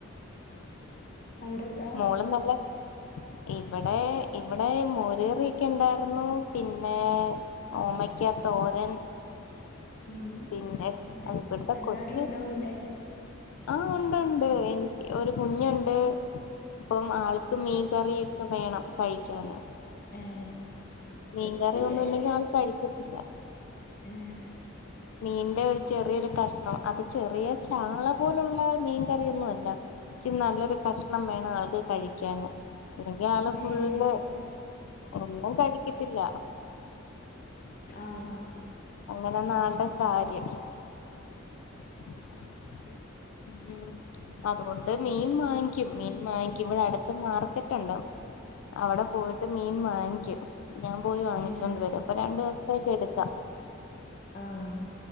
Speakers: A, on the left (about 45°); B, on the left (about 70°).
A: അവിടെത്താ
B: മോളും നല്ല ഇവടെ ഇവടെ മോര് കറിയൊക്കെ ഉണ്ടായിരുന്നു പിന്നെ ഓമയ്ക്ക തോരൻ
A: ഉം
B: പിന്നെ
A: ന്ന്
B: ഇവിടുത്തെ
A: എല്ലാരുംണ്ടാവൂലേ
B: കൊച്ച് ആഹ് ഉണ്ട് ഉണ്ട് എനിക്ക് ഒരു കുഞ്ഞുണ്ട് പ്പം ആൾക്ക് മീൻ കറിയൊക്കെ വേണം കഴിക്കാന്
A: ഏഹ്
B: മീൻകറിയൊന്നും
A: വെക്കൂലേ
B: ഇല്ലെങ്കി ആള് കഴിക്കത്തില്ല
A: എഹ്
B: മീന്റെ ഒരു ചെറിയൊരു കഷ്ണം അത് ചെറിയ ചാള പോലുള്ള മീൻകറിയൊന്നും അല്ല ഇച്ചി നല്ലൊരു കഷ്ണം വേണം ആള്ക്ക് കഴിക്കാന് ല്ലെങ്കി ആള് ഫുള്ള്
A: ഏഹ്
B: ഒന്നും കഴിക്കത്തില്ല
A: ആഹ് ആഹ്
B: അങ്ങനെന്ന ആളുടെ കാര്യം <inaudible> ഉം അതുകൊണ്ട് മീൻ വാങ്ങിക്കും മീൻ വാങ്ങിക്കും ഇവിടെ അടുത്ത് മാർക്കറ്റ്ണ്ട് അവടെ പോയിട്ട് മീൻ വാങ്ങിക്കും ഞാൻ പോയി വാങ്ങിച്ചോണ്ട്
A: ഏഹ്
B: വരും അപ്പൊ രണ്ടു ദിവസത്തേക്ക് എടു ല
A: ആഹ്